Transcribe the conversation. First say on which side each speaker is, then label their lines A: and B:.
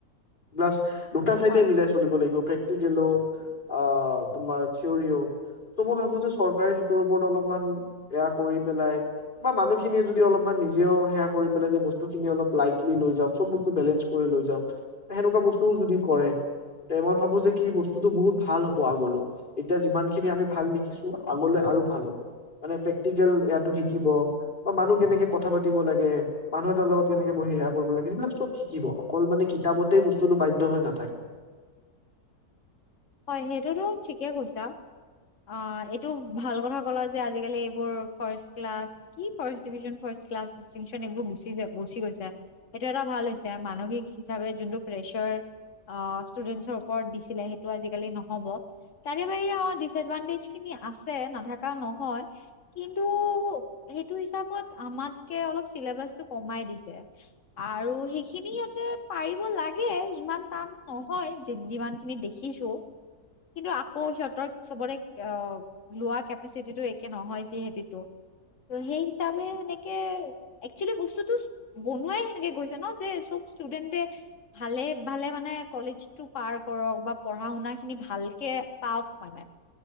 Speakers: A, on the left (about 30°); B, on the left (about 50°).
A: প্লাছ দুটা-চাইটাই
B: হয়,
A: মিলাই চলিব লাগিব, প্ৰেক্টিকেলো আ, তোমাৰ থিয়ৰিও ত, মই ভাবো যে চৰকাৰে সেইটোৰ ওপৰত অলপমান এয়া কৰি পেলাই। বা মানুহখিনিয়ে যদি অলপমান নিজেও সেয়া কৰি পেলাই যে বস্তুখিনি অলপ, লাইটলি লৈ যাওঁক চ'ব বস্তু বেলেঞ্চ কৰি লৈ যাওঁক, সেনেকুৱা বস্তুও যদি কৰে। এ, মই ভাবো যে, কি বস্তুতটো বহুত ভাল হ'ব আগলৈ। এতিয়া যিমান খিনি আমি ভাল দেখিছো, আগলৈ আৰু ভাল হ'ব। মানে প্ৰেক্টিকেল এয়াতো শিকিব বা মানুহ কেনেকে কথা পাতিব লাগে। মানুহ এটাৰ লগত কেনেকে বহিয়া কৰিব লাগে, সেইবিলাক চ'ব শিকিব অকল মানে কিতাপতেই বস্তুতটো বাধ্য হৈ নাথাকে।
B: হয়, সেইটোতো ঠিকে কৈছা। অ, এইটো ভাল কথা ক'ল যে, আজিকালি এইবোৰ ফাৰ্ষ্ট ক্লাছ। কি first division, first class, distinction, এইবোৰ গুচি, গুচি গৈছে। সেইটো এটা ভাল হৈছে, মানসিক হিচাপে যোনটো প্ৰেছৰ। অ, ষ্টুডেন্টছৰ ওপৰত দিছিলে সেই আজিকালি নহ'ব তাৰে বাহিৰে অ, ডিচ এডভাণ্টেজ খিনি আছে নাথকা নহয়। কিন্তু সেইটো হিচাপত আমাতকে অলপ চিলেবাচটো কমাই দিছে। আৰু সেইখিনি সিহঁতে পাৰিব লাগে, ইমান টান নহয়। যিমান খিনি দেখি দেখিছো, কিন্তু আকৌ সিহঁতৰ চবৰে আহ, লোৱা কেপাচিটিটো একে নহয়, যিহেতো। ত, সেই হিচাপে সেনেকে, একচুৱেলি বস্তুতটো বনুৱাই সেনেকে গৈছে ন, যে চ'ব ষ্টুডেণ্টে ভালে ভালে মানে কলেজটো পাৰ কৰক বা পঢ়া-শুনা খিনি ভালকে পাওঁক মানে,